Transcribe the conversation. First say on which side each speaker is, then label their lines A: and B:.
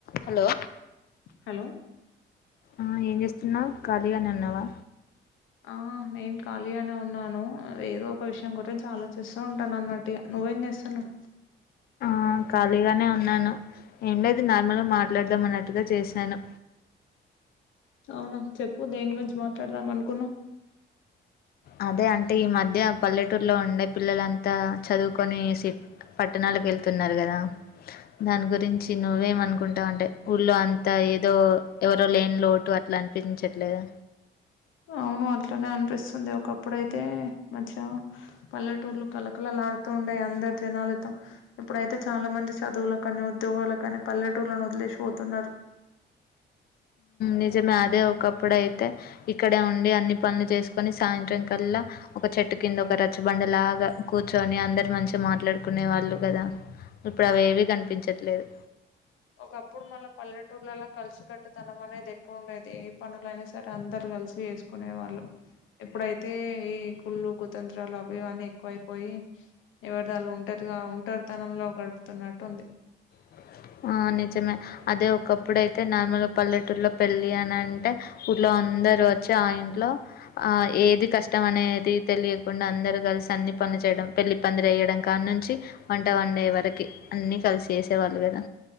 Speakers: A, on the left (about 50°); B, on the left (about 80°).
A: Hello
B: hello
A: ఆ ఏం చేస్తున్నావ్ ఖాళీగానే ఉన్నావా
B: ఆ నేను కలిగానే ఉన్నాను ఏదో ఒక విషయం గురించి ఆలోచిస్తూ ఉంటాను అన్నట్టుగా నువ్వు నువ్వేం చేస్తున్నావ్
A: ఆ ఖాళీగానే ఉన్నాను ఏం లేదు నార్మల్గా మాట్లాడదాం అన్నట్టుగా చేశాను
B: అవునా చెప్పు దేని గురించి మాట్లాడదాం అనుకున్నావ్
A: అదే అంటే ఈ మధ్య పల్లెటూరులో ఉండే పిల్లలంతా చదువుకొని సిట్ పట్టణాలకు వెళ్తున్నారు కదా దాని గురించి నువ్వేమ అనుకుంటావు అంటే ఊళ్ళో అంతా ఏదో ఎవరో లేని లోటు అట్లా అనిపించట్లేదు
B: అవును అట్లనే అనిపిస్తుంది ఒకప్పుడుయితే మధ్య పల్లెటూర్లు కలకల ఉండేయ్ అందరి జనాలతో ఇప్పుడు అయితే చాలా మంది చదువుల కాని ఉద్యోగాలు కానీ పల్లెటూరులో వదిలేసిపోతున్నారు
A: నిజమే అదే ఒకప్పుడు అయితే ఇక్కడే ఉండి అన్ని పనులు చేసు కని సాయంత్రం కల్లా ఒక చెట్టు కింద ఒక రచ్చబండ లాగా కూర్చొని అందరు మంచిగా మాట్లాడుకు నే వాళ్ళు కదా ఇప్పుడు అవి ఏవీ కనిపించట్లేదు
B: ఒకప్పుడు మళ్ళీ పల్లెటూర్లలో కలిసి కట్టుతనం అనేది ఎక్కువ ఉండేది ఏ పనుల ఐనా సరే అందరు కలిసి చేసుకునే వాళ్ళు ఎప్పుడైతే ఈ కుళ్ళు కుతంత్రాలు అవయవన్నీ ఎక్కువైపోయి ఎవరి దళ్ళు ఒంటరిగా ఒంటరి తనంలో గడుపుతున్నట్టు ఉంది
A: అ నిజమే అదే ఒకప్పుడు అయితే నార్మల్గా పల్లెటూలో పెళ్ళి అని అంటే ఊళ్లో అందరు వచ్చి ఆ ఇంట్లో ఏది కష్టం అనేది తెలియకుండా అందరు కలిసి అన్ని పనులు చే య పెళ్లి పందిరి వేయడం కాడ్ నుంచి వంట వండే వరకు అన్ని కలిసి చేసేవాళ్ళు కదా